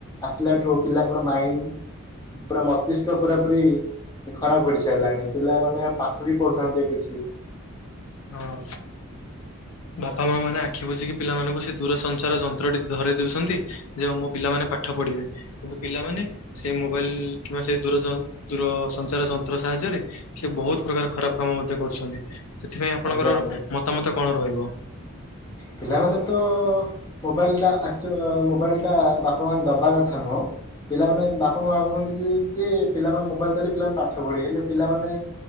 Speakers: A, on the left; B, on the left.
A: ଆସିଲା ଥୁ ପିଲାର ମାଇଣ୍ଡ ପୁରା ମସ୍ତିଷ୍କ ପୁରା ପୁରୀ ଖରାପ ପଡି ସାରିଲାଣି ପିଲା ମାନେ ପାଠ ଠ ବିି ପଢ଼ୁନାହାନ୍ତି ଅ କିଛି।
B: ହଁ।
A: ହୁଁ
B: ବାପା ମା ମାନେ ଆଖି ବୁଝିକି ପିଲାମାନଙ୍କୁ ସେ ଦୂରସଞ୍ଚାର ଯନ୍ତ୍ରଟି ଧରାଇ ଦଉଛନ୍ତି ଯେ ମୁଁ ପିଲାମାନେ ପାଠ ପଢିବେ କିନ୍ତୁ ପିଲାମାନେ ସେଇ ମୋବାଇଲ କିମ୍ବା ସେ ଦୁର ଯ ଦୂର ସଞ୍ଚାର ଯନ୍ତ୍ର ସାହାଯ୍ୟରେ ସେ ବହୁତ ପ୍ରକାର ଖରାପ କାମ ମଧ୍ୟ କରୁଛନ୍ତି। ସେଥିପାଇଁ ଆପଣଙ୍କର
A: ଆଜ୍ଞା ଆଜ୍ଞା
B: ମତାମତ କଣ ରହିବ?
A: ପିଲାମାନେ ତ-ଅ-ଅ-ଅ ମୋବାଇଲ ଟା ଆକଚୁଆ ମୋବାଇଲ ଟା ବାପା ମା ଦବା କଥା ନୁହଁ। ପିଲାମାନେ ବାପା ମା ଭାବୁନ୍ତି ଯେ ଯେ ପିଲାମାନେ ମୋବାଇଲ ଦେଲେ ପିଲାମାନେ ପାଠ ପଢ଼ିବେ ହେଲେ ପିଲାମାନେ